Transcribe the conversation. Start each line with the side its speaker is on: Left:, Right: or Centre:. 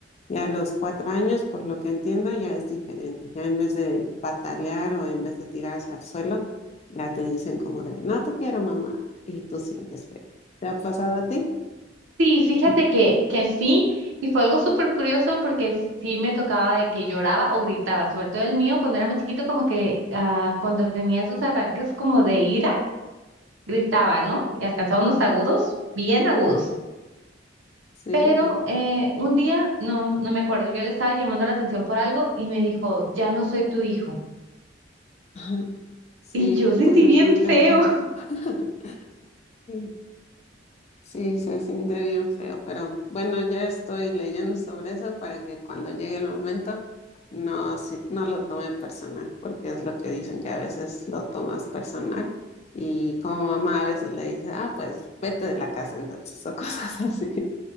Left: Ya a los cuatro años, por lo que entiendo, ya es diferente. Ya en vez de patalear o en vez de tirarse al suelo, ya te dicen como de, no te quiero, mamá, y tú sientes feo. ¿Te ha pasado a ti?
Right: Sí, fíjate
Left: <laughs>
Right: que, que sí, y fue algo súper curioso porque sí me tocaba de que lloraba o gritaba, sobre todo el mío cuando era más chiquito, como que ah, cuando tenía sus arranques como de ira, gritaba, ¿no? Y alcanzaba unos agudos, bien agudos.
Left: Sí,
Right: Pero eh, un día, no, no me acuerdo, yo le estaba llamando la atención por algo y me dijo, ya no soy tu hijo.
Left: <laughs> sí,
Right: Y yo sentí
Left: tú sentiste
Right: bien feo.
Left: feo. <laughs> Sí. Sí, se siente bien feo, pero bueno, ya estoy leyendo sobre eso para que cuando llegue el momento no, si- no lo tome personal, porque es lo que dicen que a veces lo tomas personal y como mamá a veces le dice, ah, pues vete de la casa entonces <laughs> o cosas así.